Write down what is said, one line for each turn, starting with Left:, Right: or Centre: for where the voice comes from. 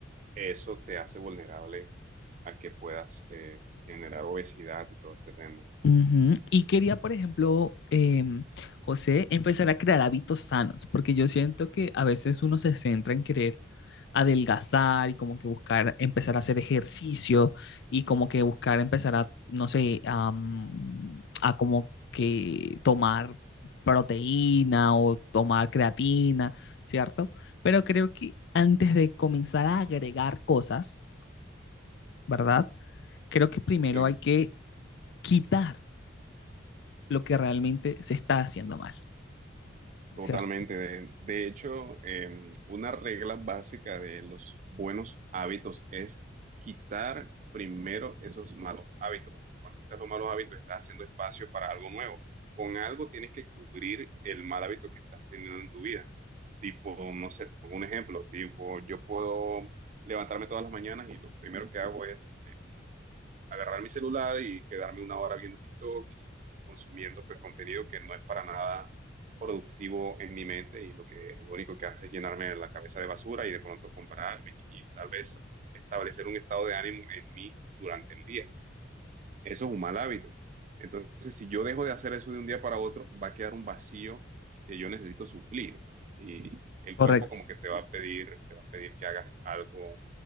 Right: eso te hace vulnerable a que puedas eh, generar obesidad y todo este tema.
Left: Ujú. Y quería, por ejemplo, em, José, empezar a crear hábitos sanos, porque yo siento que a veces uno se centra en querer adelgazar y como que buscar empezar a hacer ejercicio y como que buscar empezar a, no sé, am, a como que tomar proteína o tomar creatina, ¿cierto? Pero creo que antes de comenzar a agregar cosas, ¿verdad? Creo que primero
Right: Sí,
Left: hay que quitar lo que realmente se está haciendo mal,
Right: totalmente.
Left: ¿cierto?
Right: De, de hecho, eh, una regla básica de los buenos hábitos es quitar primero esos malos hábitos. porque Cuando quitas los malos hábitos, estás haciendo espacio para algo nuevo. Con algo tienes que cubrir el mal hábito que estás teniendo en tu vida. Tipo, no sé, te pongo un ejemplo. Tipo, yo puedo levantarme todas las mañanas y lo primero que hago es agarrar mi celular y quedarme una hora viendo TikTok y consumiendo pues contenido que no es para nada productivo en mi mente y lo que lo único que hace es llenarme la cabeza de basura y de pronto compararme y, y tal vez establecer un estado de ánimo en mí durante el día. Eso es un mal hábito. Entonces, si yo dejo de hacer eso de un día para otro, va a quedar un vacío que yo necesito suplir. Y el
Left: Correcto,
Right: cuerpo como que te va a pedir, te va a pedir que hagas algo